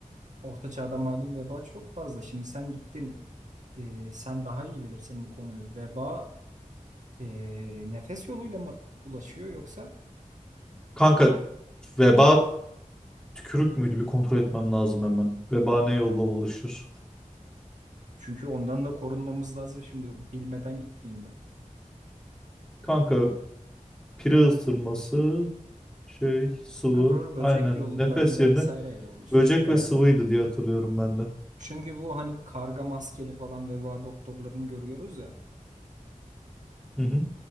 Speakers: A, on the right (about 60°); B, in the centre.
A: Orta çağda malum veba çok fazla. Şimdi sen gittin, e, sen daha iyi bilirsin bu konuyu. Veba e, nefes yoluyla mı bulaşıyor yoksa?
B: Kanka veba tükürük müydü? Bir kontrol etmem lazım hemen. Veba ne yolla bulaşır?
A: Çünkü ondan da korunmamız lazım. Şimdi bilmeden gitmeyeyim ben.
B: Kanka pire ısırması şey sıvı
A: Ha doğru böcek
B: aynen
A: yollarıyla
B: nefes yerine
A: vesaireyle buluşuyordu.
B: böcek
A: Evet.
B: ve sıvıydı diye hatırlıyorum ben de.
A: Çünkü bu hani karga maskeli falan veba doktorlarını görüyoruz ya
B: Hı hı,